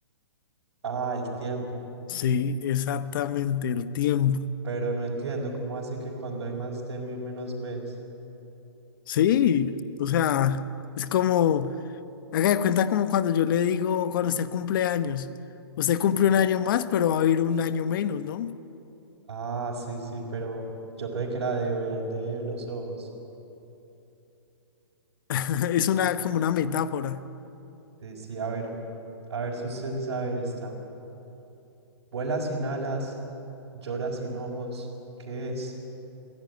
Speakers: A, on the right; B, on the left.
A: Ah, el tiempo.
B: Sí, exactamente, el tiempo.
A: Pero no entiendo, ¿cómo así que cuando hay más de mil, menos ves?
B: Sí, o sea, es como, haga de cuenta como cuando yo le digo, cuando usted cumple años, usted cumple un año más, pero va a vivir un año menos, ¿no?
A: Ah, sí, sí, pero yo pensé que era de verde los ojos.
B: <laughs> Es una como una metáfora.
A: Sí, sí, a ver, a ver si usted se sabe esta. Vuela sin alas, llora sin ojos. ¿Qué es?